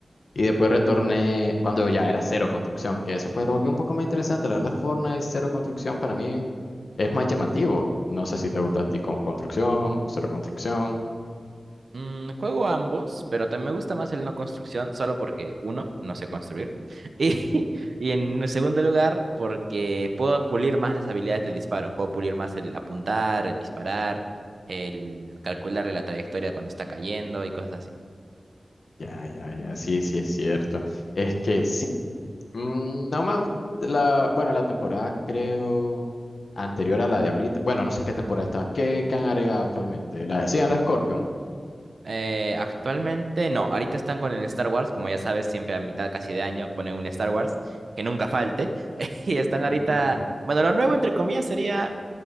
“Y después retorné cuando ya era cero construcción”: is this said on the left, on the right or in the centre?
Left